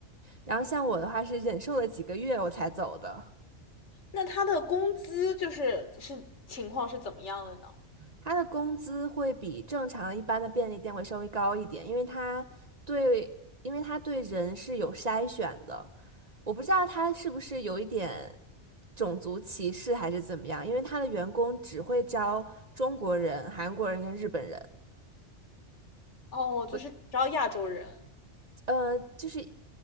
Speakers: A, on the right (about 40°); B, on the left (about 75°).
A: 然后像我的话是忍受了几个月我才走的。
B: 那他的工资就是是情况是怎么样的呢？
A: 他的工资会比正常的一般的便利店会稍微高一点，因为他对，因为他对人是有筛选的。我不知道他是不是有一点种族歧视还是怎么样，因为他的员工只会招中国人、韩国人跟日本人。
B: 哦，就是只要亚洲人，
A: 我呃，就是